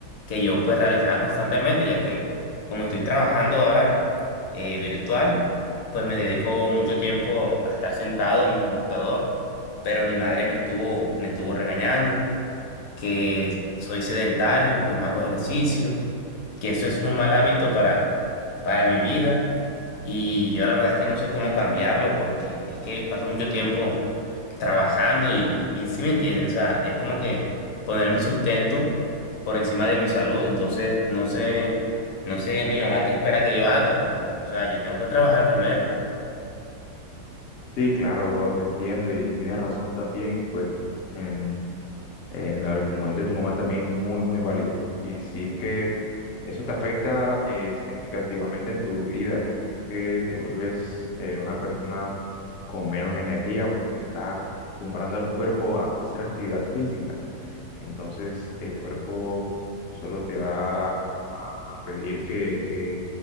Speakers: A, on the left (about 65°); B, on the left (about 85°).
A: que yo pues realizaba constantemente, ya que como estoy trabajando ahora eh, virtual, pues me dedico mucho tiempo a estar sentado en mi computador pero mi madre me estuvo, me estuvo regañando, que soy sedentario, que no hago ejercicio, que eso es un mal hábito para, para mi vida. Y yo la verdad es que no sé cómo cambiarlo porque es que paso mucho tiempo trabajando y, y sí me entiende, o sea, es como que poner mi sustento
B: Sí,
A: por encima de mi salud, entonces no sé, no sé mi mamá qué espera que yo haga porque, o sea, yo tengo que trabajar primero.
B: sí, claro, bro, te entiendo y tienes razón también. y Pues en, en el argumento de tu mamá también es muy, muy válido. Y si es que eso te afecta eh, significativamente en tu vida, porque es que te vuelves eh, una persona con menos energía, porque estás acostumbrando al cuerpo a no hacer actividad física. Entonces el cuerpo solo te va a, a pedir que, que,